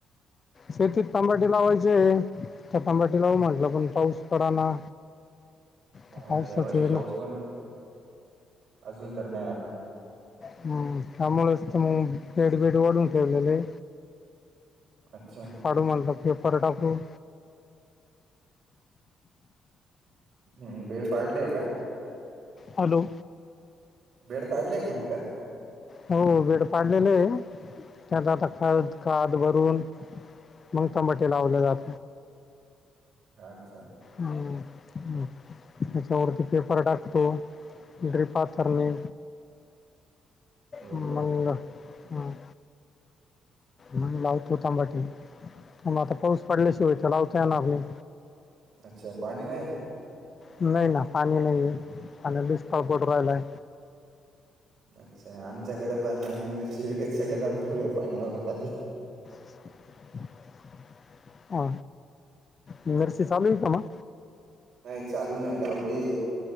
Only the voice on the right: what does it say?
हा
यावर्षी
पाऊस
पण अजून तर नाही आला.
अच्छा
हम्म बेड पाडलेय का.
वेड पाडलेय का म्हंटलं?
अच्छा
हो
हो
अच्छा, पाणी नाही का?
अच्छा आमच्याकडे पण आम्ही मिरची वगैरे सगळे लावून ठेवलेय पाणी आवरत आली.
नाही चालू नाही लावली आहे.